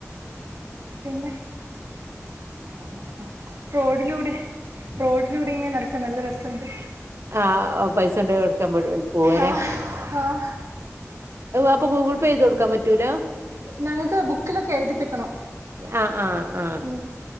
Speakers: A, on the right; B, on the right.
A: പിന്നെ
B: ഉ
A: റോഡിലൂടെ റോഡിലൂടെ ഇങ്ങനെ നടക്കാൻ നല്ല രസണ്ട്.
B: ആ പൈസ കൊണ്ട് കൊടുക്കാൻ പോവ
A: ആഹ്
B: ല്ലേ
A: ആഹ്
B: അപ്പോ ഗൂഗിൾ പേ ചെയ്തു കൊടുക്കാൻ പറ്റൂല്ല
A: ഞങ്ങൾക്ക് ബുക്കിലൊക്കെ എഴുതിപ്പിക്കണം.
B: ആ ആ ആ
A: ഉം